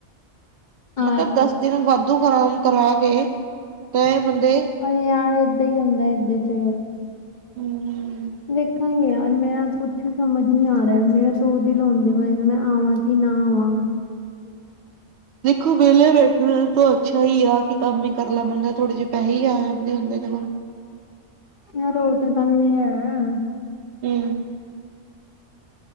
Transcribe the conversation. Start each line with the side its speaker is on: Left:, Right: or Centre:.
Left: ਹਾਂ
Right: ਮੈਂ ਕਿਹਾ ਦੱਸ ਦਿਨ ਵੱਧ ਵਾਧੂ ਕੰਮ ਕਰਾਓ ਕੇ, ਤੇ ਬੰਦੇ
Left: ਅਂ ਆ ਏਦਾਂ ਹੀ ਹੁੰਦਾ ਏਦੇ 'ਚ
Right: ਹਮ।
Left: ਦੇੇਖਾਂਗੇ ਯਾਰ, ਮੇਰਾ ਕੁਛ ਸਮਝ ਨੀ ਆ ਰਿਹਾ। ਮੇਰਾ ਦੋ ਦਿਲ ਹੁੰਦੇ ਹੋਏ ਨੇ ਮੈਂ ਆਵਾਂਗੀ। ਨਾ ਆਵਾ।
Right: ਦੇਖੋ ਵਿਹਲੇ ਬੈਠਣੇ ਤੋ ਅੱਛਾ ਹੀ ਆ ਕਿ ਕੰਮ ਹੀ ਕਰਨਾ ਬੰਦਾ। ਥੋੜੇ ਜਿਹੇ ਪੈਸੇ ਹੀ ਆ ਜਾਂਦੇ ਹੁੰਦੇ ਓਹੇ ਕੋਲ।
Left: ਯਾਰ ਉਹ ਤੇ ਗੱਲ ਨੀ ਹੈ।
Right: ਹਮ।